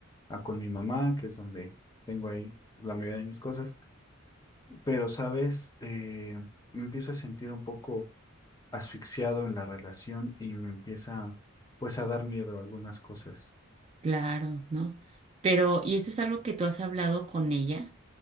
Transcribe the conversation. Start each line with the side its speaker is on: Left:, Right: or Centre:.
Left: a con mi mamá, que es donde tengo ahí la mayoría de mis cosas. Pero, sabes, Eh, me empiezo a sentir un poco asfixiado en la relación y me empieza pues a dar miedo a algunas cosas.
Right: Claro, ¿no? Pero, ¿y eso es algo que tú has hablado con ella?